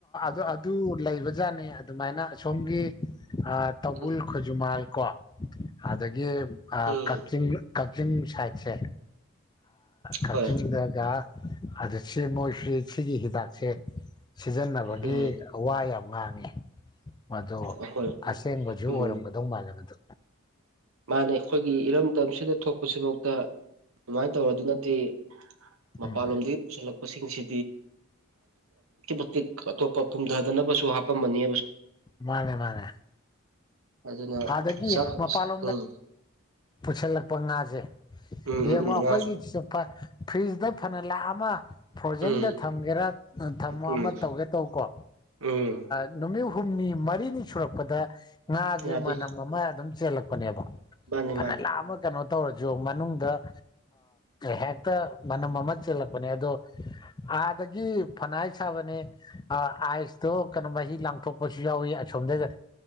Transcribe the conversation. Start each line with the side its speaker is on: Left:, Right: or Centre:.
Left: ꯑꯗꯣ ꯑꯗꯨ ꯂꯩꯕꯖꯥꯠꯅꯤ ꯑꯗꯨꯃꯥꯏꯅ ꯑꯁꯣꯝꯒꯤ ꯇꯧꯕꯜ
Right: ꯎꯝ
Left: ꯈꯨꯖꯨꯃꯥꯜ ꯀꯣ ꯑꯗꯒꯤ
Right: ꯎꯝ
Left: ꯀꯛꯆꯤꯡ ꯀꯛꯆꯤꯡ ꯁꯥꯏꯠꯁꯦ ꯀꯛꯆꯤꯡꯗꯒ
Right: ꯍꯣꯏ
Left: ꯑ ꯁꯤ ꯃꯣꯏꯁꯤ ꯁꯤꯒꯤ ꯍꯤꯗꯥꯛꯁꯦ ꯁꯤꯖꯟꯅꯕꯒꯤꯋꯥ
Right: ꯎꯝ
Left: ꯌꯥꯝ ꯉꯥꯡꯉꯤ ꯃꯗꯣ
Right: ꯑꯩꯈꯣꯏ
Left: ꯑꯁꯦꯡꯕꯁꯨ
Right: ꯎꯝ
Left: ꯑꯣꯏꯔꯝꯒꯗꯧ ꯃꯥꯜꯂꯦꯕꯗ
Right: ꯃꯥꯅꯦ ꯑꯩꯈꯣꯏꯒꯤ ꯏꯔꯝꯗꯝꯁꯤꯗ ꯊꯣꯛꯄꯁꯤꯐꯥꯎꯗ ꯑꯗꯨꯃꯥꯏꯅ ꯇꯧꯔꯗꯨꯅꯗꯤ ꯃꯄꯥꯟꯂꯣꯝꯗꯒꯤ
Left: ꯎꯝ
Right: ꯄꯨꯁꯤꯜꯂꯛꯄꯁꯤꯡꯁꯤ ꯃꯇꯤꯛ ꯑꯇꯣꯞꯄ ꯐꯨꯝꯊꯗꯅꯕꯁꯨ ꯍꯥꯞꯄꯃꯅꯤ
Left: ꯃꯥꯅꯦ ꯃꯥꯅꯦ
Right: ꯑꯗꯨꯅ
Left: ꯑꯗꯒꯤ
Right: ꯆꯥꯕꯁꯦ
Left: ꯃꯄꯥꯟꯜ
Right: ꯎꯝ
Left: ꯄꯨꯁꯤꯜꯂꯛꯄ ꯉꯥꯁꯦ
Right: ꯎꯝ
Left: ꯌꯦꯡꯉꯣ
Right: ꯎꯝ ꯎꯝ
Left: ꯑꯩꯈꯣꯏꯒꯤꯄ
Right: ꯉꯥꯁꯨ
Left: ꯐ꯭ꯔꯤꯖꯇ ꯐꯅ ꯂꯥꯛꯑ ꯑꯃ ꯐ꯭ꯔꯣꯖꯟꯗ
Right: ꯎꯝ
Left: ꯊꯝꯒꯦꯔꯥ ꯊꯝꯃꯣ
Right: ꯎꯝ
Left: ꯑꯃ ꯇꯧꯒꯦ ꯇꯧ ꯀꯣ
Right: ꯎꯝ
Left: ꯅꯨꯃꯤꯠ ꯍꯨꯝꯅꯤ ꯃꯔꯤꯅꯤ ꯁꯨꯔꯛꯄꯗ ꯉꯥꯁꯦ
Right: ꯌꯥꯗꯦ
Left: ꯃꯅꯝ ꯑꯃ ꯑꯗꯨꯝ ꯆꯦꯜꯂꯛꯄꯅꯦꯕ
Right: ꯃꯥꯅꯦ
Left: ꯐꯅ
Right: ꯃꯥꯅꯦ
Left: ꯂꯥꯛꯑꯃ ꯀꯩꯅꯣ ꯇꯧꯔꯁꯨ ꯃꯅꯨꯡꯗ ꯍꯦꯛꯇ ꯃꯅꯝ ꯑꯃ ꯆꯦꯜꯂꯛꯄꯅꯦ ꯑꯗꯣ ꯑꯥꯗꯒꯤ ꯐꯅ ꯁꯥꯕꯅꯦ ꯑꯥꯏꯁꯇꯣ ꯀꯩꯅꯣ ꯃꯍꯤ ꯂꯥꯡꯊꯣꯛ ꯀꯁꯨ ꯌꯥꯎꯏꯤ ꯑꯁꯣꯝꯗꯩꯗ